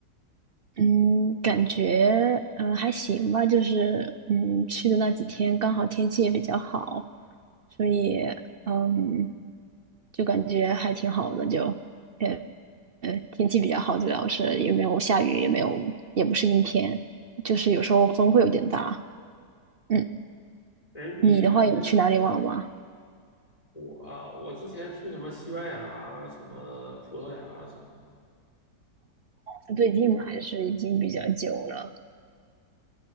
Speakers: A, on the right; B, on the left.
A: 嗯，感觉嗯还行吧，就是嗯去的那几天刚好天气也比较好，所以嗯就感觉还挺好的，就呃呃天气比较好，主要是也没有下雨，也没有也不是阴天，就是有时候风会有点大。嗯，
B: 哎，你你那个
A: 你的话有去哪里玩吗？
B: 我啊我之前去什么西班牙、什么葡萄牙什么，
A: 是最近吗？还是已经比较久了？